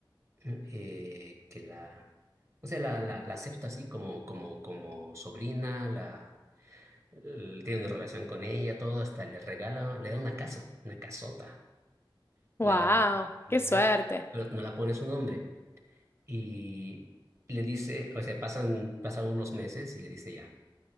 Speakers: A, on the right; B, on the left.
A: eh, que la, o sea, la, la, la acepta así como, como, como sobrina, la, l- tiene una relación con ella, todo, hasta le regala, le da una casa, una casota, le
B: Wow,
A: da la, la niña,
B: qué suerte.
A: no no la pone su nombre. Y le dice, o sea, pasan, pasan unos meses y le dice ya,